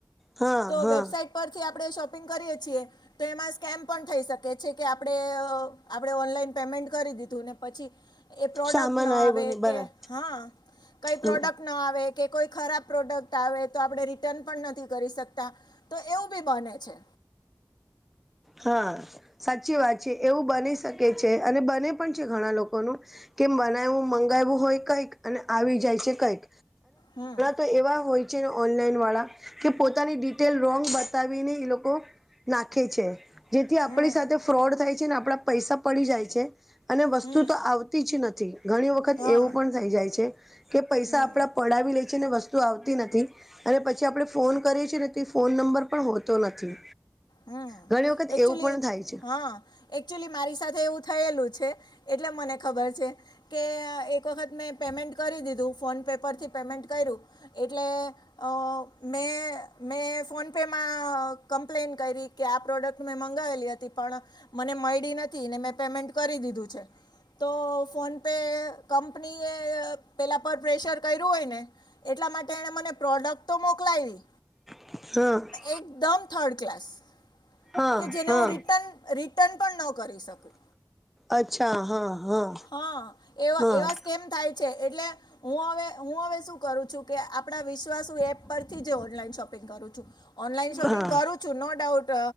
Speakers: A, in the centre; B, on the left (about 80°).
A: હા
B: તો
A: હા
B: વેબસાઈટ પરથી આપણે શોપિંગ કરીએ છીએ. તો એમાં સ્કેમ પણ થઈ શકે છે કે આપણે આપણે ઓનલાઈન પેમેન્ટ કરી દીધું ને પછી. એ પ્રોડક્ટ
A: સામાન
B: ન આવે
A: આવ્યો ને બરાબર
B: કે હા કઈ
A: હમ
B: પ્રોડક્ટ ન આવે કે કોઈ ખરાબ પ્રોડક્ટ આવે તો આપણે રિટર્ન પણ નથી કરી શકતા તો એવું બી બને છે.
A: હા સાચી વાત છે એવું બની શકે છે અને બને પણ છે ઘણા લોકોનું. કેમ મંગાવયુ હોય કઈક અને આવી જાય છે કઈક
B: હમ
A: તો એવા હોય ઓનલાઈન વાળા કે પોતાની ડિટેલ રોંગ બતાવીને એ લોકો નાખે છે જેથી આપણી
B: હમ
A: સાથે ફ્રોડ થાય છે ને આપડા પૈસા પડી જાય છે. અને વસ્તુ
B: હમ
A: તો આવતી જ નથી ઘણી વખત
B: હા
A: એવું પણ થઈ જાય છે કે પૈસા
B: હમ
A: આપણા પડાવી લે છે ને વસ્તુ આવતી નથી. અને પછી આપણે ફોન કરીએ છીએ ને તે ફોન નંબર પણ હોતો નથી.
B: હમ્મ
A: ઘણી વખત
B: એકચ્યુઅલી
A: એવું પણ થાય છે.
B: હા. એકચ્યુઅલી મારી સાથે એવું થયેલું છે એટલે મને ખબર છે. કે એક વખત મેં પેમેન્ટ કરી દીધું ફોન પે પરથી પેમેન્ટ કર્યું. એટલે અ મેં મેં ફોનપેમાં અ કમ્પ્લેન કયરી કે આ પ્રોડક્ટ મેં મંગાવેલી હતી પણ મને મયળી નથી ને મેં પેમેન્ટ કરી દીધું છે. તો ફોન પે કંપનીએ પેલા પર પ્રેશર કર્યું હોય ને એટલા માટે એણે મને પ્રોડક્ટ તો મોકલાયવી
A: હ
B: એકદમ થર્ડ ક્લાસ
A: હા
B: કે જેને
A: હા
B: હું રિટર્ન રિટર્ન પણ ન કરી શકું.
A: અચ્છા હા હા
B: હ એવા
A: હા
B: એવા સ્કેમ થાય છે એટલે હું હવે હું હવે શું કરું છું કે આપણા વિશ્વાસુ એપ પરથી જે ઓનલાઈન શોપિંગ કરું છું. ઓનલાઈન શોપિંગ
A: હા
B: કરું છું નો ડાઉટ